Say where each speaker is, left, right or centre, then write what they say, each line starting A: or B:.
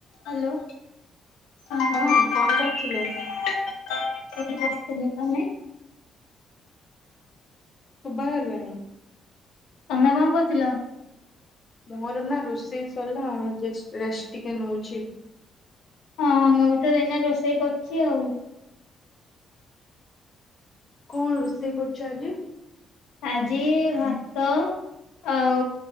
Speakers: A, on the left; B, on the left.
A: Hello. ଏଇଠୀ
B: ହଁ କଣ କରୁଥିଲ
A: ବସିଥିଲି ତମେ?
B: ଶୁଭା ଗଲାଣି।
A: ତମେ କଣ କରୁଥିଲ?
B: ମୋର ନା ରୋଷେଇ ସରିଲା ଜେସ ପ୍ରେସ ଟିକେ ନଉଛି।
A: ହଁ ମୁଁ ବି ତ ଏଇନା ରୋଷେଇ କରିଛି ଆଉ।
B: କଣ ରୋଷେଇ କରୁଛ ଆଜି?
A: ଆଜି ଭାତ ଆଉ